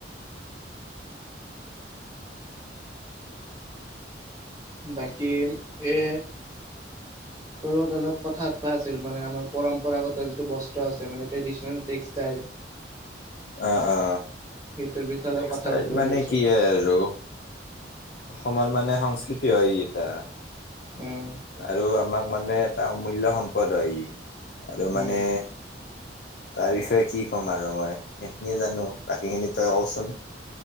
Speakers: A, on the right; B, on the left.
A: বাকী এ তলত অলপ কথাাত পাই আছিল মানে আমাৰ পৰম্পৰাগত যিটো বস্তু আছে মানে ট্ৰেডিচনেল টেক্সটাইল
B: অ অ
A: সেইটোৰ বিষয়ে
B: টেক্সটাইল
A: অলপ কথা বাৰো
B: মানে
A: বুলি ভাবিছোঁ
B: কি আৰু অসমৰ মানে সংস্কৃতি হয় এটা
A: উম
B: আৰু আমাক মানে এটা অমূল্য় সম্পদ হয় ই আৰু
A: উম
B: মানে তাৰ বিষয়ে কি ক'ম আৰু মই সেইখিনিয়ে জানো বাকী খিনি তই কচোন